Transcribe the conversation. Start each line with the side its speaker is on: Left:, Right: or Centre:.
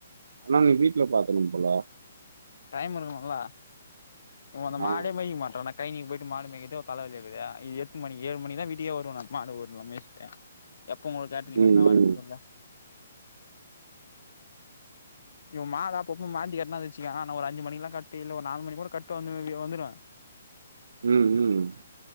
Right: ஆனா நீ வீட்ல பாத்தணு போல
Left: டைம் இருக்கணு ல இவுங்க அந்த
Right: ஆ
Left: மாடே
Right: ஆ.
Left: மேய்க்க மாட்டோ டைமிங்க்கு போய்ட்டு மாடு மேய்க்குறதே ஒரு தலவலியாருக்குது எட்டு மணி ஏழு மணிக்கு தா வீட்டுக்கே வருவே நா மாடு ஓட்னு <unintelligible> எப்போ ஒங்ளுக்கு கேட்ரிங்
Right: ம்
Left: வந்து நா வரது
Right: ம்
Left: சொல்லு இவ மாலா அப்பப்போ மாத்தி கட்னா வச்சுக்கே நா ஒரு அஞ்சு மணிக்லா கட்டி இல்ல ஒரு நாலு மணிக்கு கூட கட்டி வந்து வந்துருவே
Right: ம் ம்